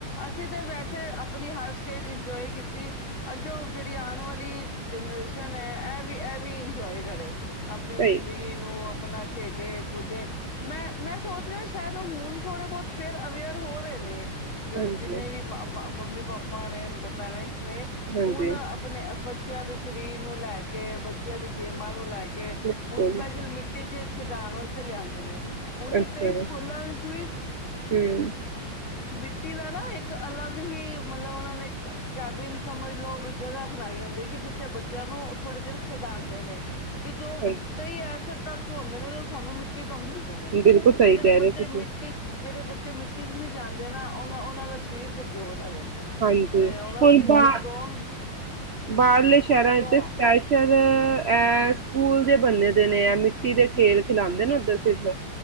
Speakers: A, on the left; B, on the right.
A: ਅਸੀਂ ਤਾਂ ਵੈਸੇ ਆਪਣੀ ਹਰ ਸਟੇਜ ਇੰਜੋਏ ਕੀਤੀ ਅੱਗੇ ਉਹ ਜਿਹੜੀ ਆਉਣ ਵਾਲੀ ਜਨਰੇਸ਼ਨ ਹੈ ਇਹ ਵੀ ਇਹ ਵੀ ਇੰਜੋਏ ਕਰੇ ਆਪਣੀ
B: ਸਹੀ
A: ਜ਼ਿੰਦਗੀ ਨੂੰ ਆਪਣਾ ਖੇਡੇ ਕੁਦੇੇ ਮੈਂ ਮੈਂ ਸੋਚ ਰਿਹਾ ਸ਼ਾਇਦ ਹੁਣ ਥੋੜੇ ਬਹੁਤ ਫੇਿਰ ਅਵੇਅਰ ਹੋ ਰਹੇ ਨੇ ਜ
B: ਹਾਂਜੀ
A: ਜਿੰਨੇ ਵੀ ਮ ਮੰਮੀ ਪਾਪਾ ਨੇ ਪੈਰੈਂਟਸ ਨੇ
B: ਹਾਂਜੀ
A: ਹੁਣ ਆਪਣੇ ਬੱਚਿਆਂ ਦੇ ਸਰੀਰ ਨੂੰ ਲੈ ਕੇ ਬੱਚਿਆਂ ਦੀ ਗੇਮਾਂ ਨੂੰ ਲੈ ਕੇ
B: ਬਿਲਕੁਲ
A: ਹੁਣ ਸਪੈਸ਼ਲ ਮਿੱਟੀ ਚ ਖਦਾਨ ਵਾਸਤੇ ਲਿਆਉਂ ਨੇ ਹੁਣ ਤਾਂ
B: ਅੱਛਾ
A: ਕਈ
B: ਹੂੰ
A: ਸਕੂਲਾਂ ਵਿੱਚ ਵੀ
B: ਹਾਂਜੀ
A: ਮ ਦਾ ਨਾ ਇੱਕ ਅਲੱਗ ਹੀ ਮਤਲਬ ਉਹਨਾਂ ਨੇ ਕੈਬਿਨ ਸਮਝ ਲੋਓ ਜਗ੍ਹਾ ਬਣਾਈ ਹੁੰਦੀ ਜਿੱਥੇ ਬੱਚਿਆਂ ਨੂੰ ਥੋੜ੍ਹੀ ਦੇਰ ਖਿਡਾਂਣ ਨੇ ਕਿ ਜੋ
B: ਹਾਂਜੀ
A: ਕਈ ਐਸਾ ਤੱਤਵ ਹੁੰਦੇ ਨੇ ਜੋ ਸਾਨੂੰ ਮਿੱਟੀ ਤੋਂ ਮਿਲਦਾ ਨੇ
B: ਬਿਲਕੁਲ ਸਹੀ
A: ਜਿਹੜੇ
B: ਕਹਿ
A: ਬੱਚੇ
B: ਰਹੇ ਤੁਸੀਂ
A: ਮਿੱਟੀ ਜਿਹੜੇ ਬੱਚੇ ਮਿੱਟੀ ਚ ਨਹੀਂ ਜਾਂਦੇ ਨਾ ਉਹ ਉਹਨਾਂ ਦਾ ਸਰੀਰ ਕਮਜ਼ੋਰ ਰ ਜਾਂਦਾ
B: ਹਾਂਜੀ
A: ਤੇ ਉਹਨਾਂ
B: ਹੁਣ
A: ਸੀ
B: ਬਾ
A: ਸਟਰੋਂਗ
B: ਬਾਹਰਲੇ ਸ਼ਹਿਰਾਂ
A: ਸਟਰੋਂਗ
B: ਇੱਥੇ ਸਪੈਸ਼ ਇਹ ਸਕੂਲ ਦੇ ਬੰਦੇ ਦੇ ਨੇ ਮਿੱਟੀ ਦੇ ਖੇਲ ਖਿਲਾਾਂਂਦੇ ਨੇ ਉਧਰ ਸਿਰਫ